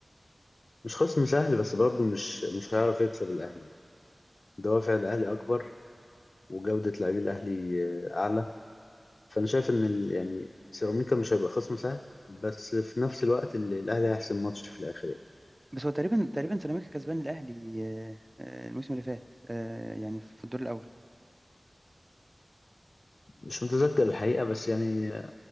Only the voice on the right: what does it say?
بس هو تقريبا تقريبا سيراميكا كسبان الاهلي آه، آه، الموسم اللي فات آه، يعني في الدور الاول